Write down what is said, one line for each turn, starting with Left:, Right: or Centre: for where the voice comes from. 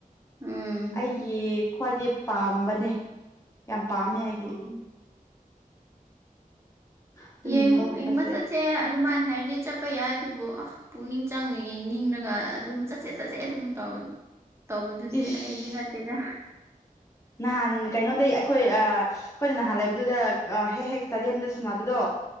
Right: ꯎꯝ
Left: ꯑꯩꯒꯤ ꯈ꯭ꯋꯥꯏꯗꯤ ꯄꯥꯝꯕꯅꯦ ꯌꯥꯝ ꯄꯥꯝꯃꯦ ꯑꯩꯗꯤ
Right: ꯎꯝ
Left: ꯑꯗꯨꯝ
Right: ꯌꯦꯡꯉ
Left: ꯈꯣꯠꯄꯁꯦ
Right: ꯌꯦꯡꯕ ꯆꯠꯁꯦ ꯑꯗꯨꯃꯥꯏꯅ ꯍꯥꯏꯔꯗꯤ ꯆꯞ ꯆꯠꯄ ꯌꯥꯏ ꯑꯗꯨꯕꯨ ꯄꯨꯛꯅꯤꯡ ꯆꯪꯅ ꯌꯦꯡꯅꯤꯡꯉꯒ ꯑꯗꯨꯝ ꯆꯠꯁꯦ ꯆꯠꯁꯦ ꯑꯗꯨꯝ ꯇꯧ ꯇꯧꯕꯗꯨꯗꯤ
Left: ꯏꯁ
Right: ꯑꯩꯗꯤ ꯅꯠꯇꯦꯗ
Left: ꯅꯍꯥꯟ ꯀꯩꯅꯣꯗꯩ ꯑꯩꯈꯣꯏ ꯑꯩꯈꯣꯏꯅ ꯅꯍꯥꯟ ꯂꯩꯕꯗꯨꯗ ꯍꯦꯛ ꯍꯦꯛ ꯏꯁꯇꯥꯗꯤꯌꯝꯗ ꯁꯟꯅꯅꯕꯗꯣ